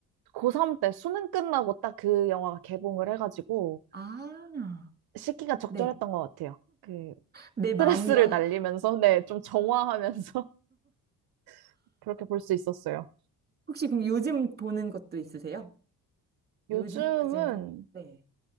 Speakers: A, on the right; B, on the right.
A: 고3 때 수능 끝나고 딱 그 영화가 개봉을 해가지고
B: 아,
A: 시기가 적절했던
B: 네.
A: 것 같아요. 그
B: 내 마음과
A: 스트레스를 날리면서, 네, 좀 정화하면서 <laughs> 그렇게 볼 수 있었어요.
B: 혹시 그럼 요즘 보는 것도 있으세요?
A: 요즘은,
B: 요즘 빠진 거? 네.